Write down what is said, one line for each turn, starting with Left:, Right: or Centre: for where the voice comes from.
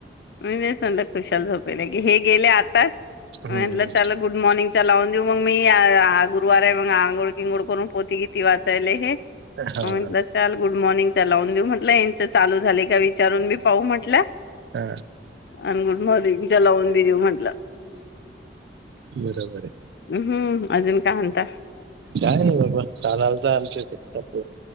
Left: मी नाही सांडत. सुुशाल झोपेल की, हे गेले आत तास
Right: हम्म,
Left: म्हनलं त्याला गुड मॉर्निंग. चलावून देऊ मंग. मी आ आ गुरवार आहे म्हणून अंग गोड बिंगोड करून पोती गीती वाचायले हे.
Right: हा,
Left: म्हटलं चाल गुड मॉर्निंग. लाऊन देऊ म्हटलं, याचं चालू झालं का विचारून मी पाहू म्हटलं.
Right: हा,
Left: अन गुड मॉर्निंग च लावून देजू म्हंटलं.
Right: बरोबर आहे
Left: हम्म अजून काय म्हणता
Right: काय नही बाबा, काल अलता आमच्या इथे सात